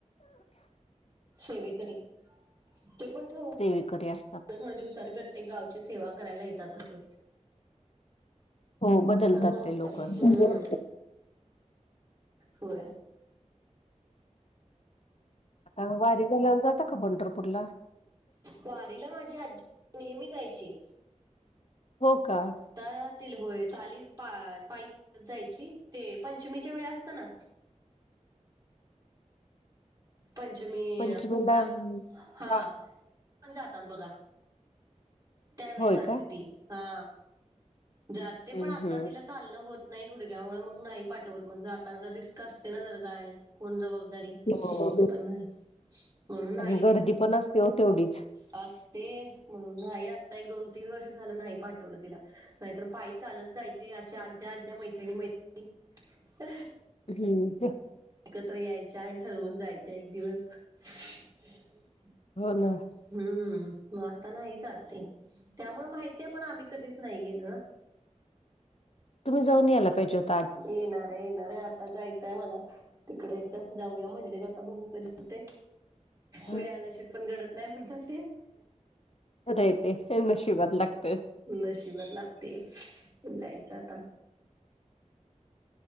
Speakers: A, on the right; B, on the left.
A: सेवे करी ते पण ठरू
B: ते विके असत
A: थोड थोड्या दिवसानी प्रत्येक गावची सेवा करायला येतात असे
B: हो बदलतात
A: चांगलं असतय
B: ते लोक आता
A: हम्म होय
B: आता वारी झाल्यावर जाता का पंढरपूरला
A: वारीला माझी आ नेहमी जायची
B: हो का
A: तर त होय चाली पा पास जायची ते पंचमीच्या वेळा असत ना पंचमी
B: पंचमीला
A: नाग हा
B: का
A: पण जातात बघा त्यावेळी
B: होय
A: जाते
B: का
A: ती हा जाते
B: हम्म
A: पण आता
B: हम्म
A: तिला चालण होत नाही घुडग्यामुळे मग नाही पाठवत मग जाताना जर रिस्क असते ना जर जायच कोण जबाबदारी
B: हो
A: पण नाही म्हणून आई
B: आणि गर्दी पण असते तेवढीच
A: आसस्.. ते म्हणून न्हाई आत्ता एक दोन तीन वर्ष झालं न्हाई पाठवलं तिला नाहीतर पायी चालच जायची. ते अशा आज्ज्या आज्ज्या मैत्रिणी मैत
B: हम्म.
A: एकत्र यायच्या आन् ठरवून जायच्या एक दिवस. अच
B: हो ना.
A: हम्म. म आता न्हाई जात ते. त्यामुळे माहितीय पण आम्ही कधीच नाही गेलो ना.
B: तुम्ही जाऊन यायला पाहिजेत.
A: येणारे येणारे आता जाय मला तिकडे एकदा जाऊया म्हणले जाता बघू कधी तय
B: खरं
A: वेळ आल्या शेट पण घडत नाही म्हणतं ते
B: अय ते नशिबत लागतं
A: नशिबात लागते, जायचं आता